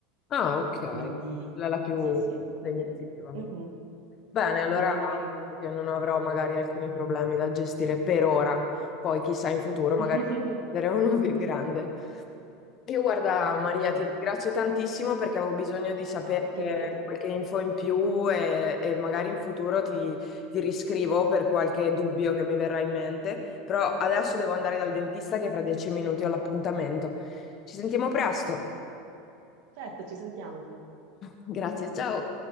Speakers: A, on the left; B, on the right.
A: Ah, ok, quella
B: Quindi,
A: è la più
B: sì, sì,
A: impegnativa.
B: quindi, mhm.
A: Bene, allora
B: Quindi magari un...
A: io non avrò magari alcuni problemi da gestire per ora, poi chissà in futuro magari
B: <laughs>
A: ne uno <laughs> più grande. Io guarda Maria,
B: Sì,
A: ti ringrazio tantissimo perché avevo bisogno di sapere
B: no, figurati.
A: qualche info in più e, e magari in futuro ti, ti riscrivo per qualche dubbio che mi verrà in mente, però adesso devo andare dal dentista che fra dieci minuti ho l'appuntamento. Ci sentiamo presto.
B: Certo, ci sentiamo.
A: Grazie, ciao.